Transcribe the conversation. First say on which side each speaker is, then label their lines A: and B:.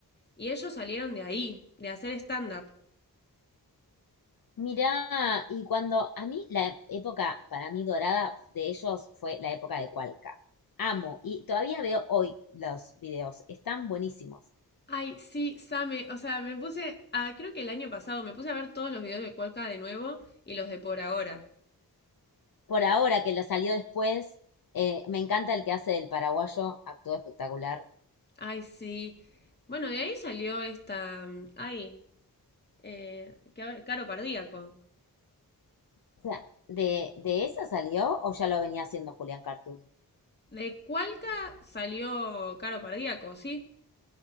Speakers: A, on the left; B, on the left.
A: y ellos salieron de ahí, de hacer stand-up.
B: Mirá, y cuando a mí la época para mí dorada de ellos fue la época de Cualca. Amo, y todavía veo hoy los videos, están buenísimos.
A: Ay, sí, Same. O sea, me puse. a- creo que el año pasado me puse a ver todos los videos de Cuelca de nuevo y los de por ahora.
B: Por ahora que la salió después, eh, me encanta el que hace del paraguayo, actuó espectacular.
A: Ay, sí. Bueno, de ahí salió esta. mm, Ay, eh, que ahora- Caro Pardíaco.
B: O sea, ¿de, de esa salió o ya lo venía haciendo Julián Cartoon?
A: De Cualca salió Caro Pardíaco, ¿sí?